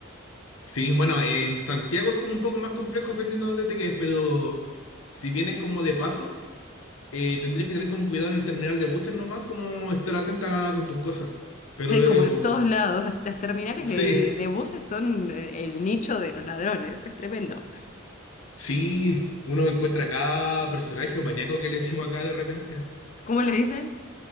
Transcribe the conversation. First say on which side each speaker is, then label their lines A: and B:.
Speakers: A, on the left; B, on the left.
A: sí, bueno, en Santiago es como un poco más complejo dependiendo de dónde te quedes, pero si vienes como de paso eh, tendrías que tener como cuidado en el terminal de buses nomás, como estar atenta con tus cosas. Pero
B: Es
A: eh,
B: como en todos lados. Las terminales
A: sí,
B: de, de buses son eh, el nicho de los ladrones. Es tremendo.
A: <laughs> sí, uno encuentra cada personaje o maníaco que le decimos acá de repente.
B: ¿Cómo le dicen?